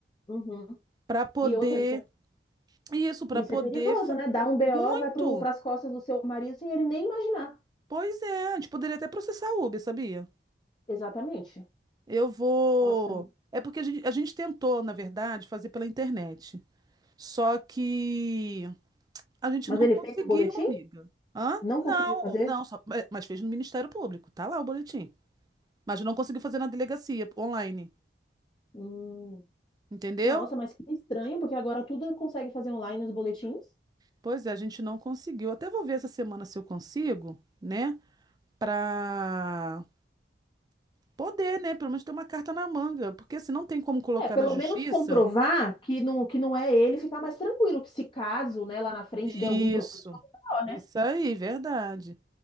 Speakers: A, on the left; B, on the right.
A: Uhum.
B: Para poder.
A: E outra, isso é,
B: Isso, para
A: isso
B: poder.
A: é perigoso,
B: fa-
A: né? Dá um BO,
B: Muito!
A: vai para as costas do seu marido sem ele nem imaginar.
B: Pois é, a gente poderia até processar a Uber, sabia?
A: Exatamente.
B: Eu vou.
A: Nossa.
B: É porque a gente, a gente tentou, na verdade, fazer pela internet. Só que a gente
A: Mas
B: não
A: ele
B: conseguiu,
A: fez o boletim?
B: amiga. Hã?
A: Não
B: Não,
A: conseguiu fazer?
B: não, só... é, mas fez no Ministério Público. Tá lá o boletim. Mas não conseguiu fazer na delegacia online.
A: Hum.
B: Entendeu?
A: Nossa, mas que estranho, porque agora tudo consegue fazer online nos boletins.
B: Pois é, a gente não conseguiu. Até vou ver essa semana se eu consigo, né? Pra poder, né? Pelo menos ter uma carta na manga. Porque se não tem como colocar
A: É, pelo
B: na justiça.
A: menos comprovar que não, que não é ele, ficar mais tranquilo, que se caso, né, lá na frente
B: Isso.
A: der algum problema, é o B O, né?
B: Isso aí, verdade.